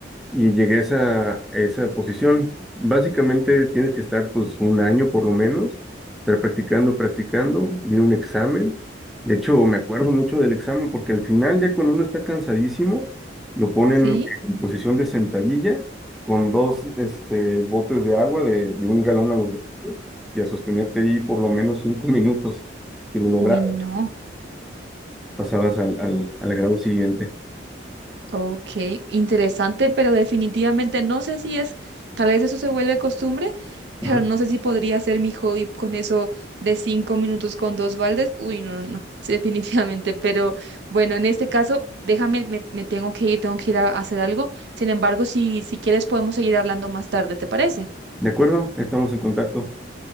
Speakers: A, in the centre; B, on the right.
A: Y llegué a esa, esa posición. Básicamente tienes que estar pues un año por lo menos, estar practicando, practicando, vi un examen. De hecho, me acuerdo mucho del examen porque al final ya cuando uno está cansadísimo, lo ponen
B: sí.
A: en posición de sentadilla con dos este, botes de agua de, de un galón a los dos y a sostenerte ahí por lo menos cinco minutos. Si lo lograbas,
B: Uy, no.
A: pasabas al, al, al grado siguiente.
B: Ok, interesante, pero definitivamente no sé si es, tal vez eso se vuelve costumbre,
A: Ajá.
B: pero no sé si podría ser mi hobby con eso de cinco minutos con dos baldes. Uy, no, no, no, sí, <laughs> definitivamente, pero bueno, en este caso, déjame, me, me tengo que ir, tengo que ir a hacer algo. Sin embargo, si, si quieres podemos seguir hablando más tarde, ¿te parece?
A: ¿De acuerdo? Estamos en contacto.